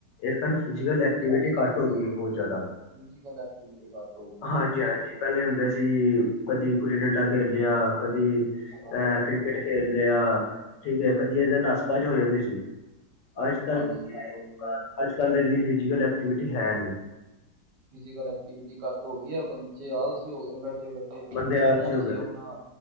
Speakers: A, on the left; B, on the right.
A: ਇਸ ਕਾਰਨ ਫਿਜ਼ਕਲ ਐਕਟੀਵਿਟੀ ਘੱਟ ਹੋ ਗਈ ਬਹੁਤ ਜ਼ਿਆਦਾ।
B: ਫਿਜ਼ਕਲ ਐਕਟੀਵਿਟੀ ਘੱਟ ਹੋ ਗਈ
A: ਹਾਂਜੀ-ਹਾਂਜੀ
B: ਸੀ।
A: ਪਹਿਲੇ ਹੁੰਦੇ ਸੀ ਕਦੀ ਗੁੱਲੀ ਡੰਡਾ ਖੇਲ ਲਿਆ, ਕਦੀ ਅਹ
B: ਹਾਂਜੀ ਹਾਂਜੀ
A: ਕ੍ਰਿਕਟ ਖੇਲ। ਲਿਆ, ਠੀਕ ਹੈ ਕਦੀ ਐਦੇ ਨੈਸ ਭਜ ਹੋ ਜਾਂਦੀ ਸੀ। ਅੱਜ ਕੱਲ੍ਹ
B: ਹਾਂਜੀ
A: ਕੀ
B: ਬਿਲਕੁਲ
A: ਹੈ, ਅੱਜ ਕੱਲ ਇੰਨੀ ਫਿਜੀਕਲ ਐਕਟੀਵਿਟੀ ਹੈ ਨੀ।
B: ਫਿਜ਼ਕਲ ਐਕਟੀਵਿਟੀ ਘੱਟ ਹੋ ਗਈ ਐ, ਬੱਚੇ ਆਲਸੀ ਹੋ ਗਏ ਨੇ ਬੈਠੇ ਬੈਠੇ।
A: ਬੰਦੇ
B: ਫੋਨ
A: ਆਲਸੀ ਹੋ
B: ਚ
A: ਗਏ
B: ਈ ਆਪਣਾ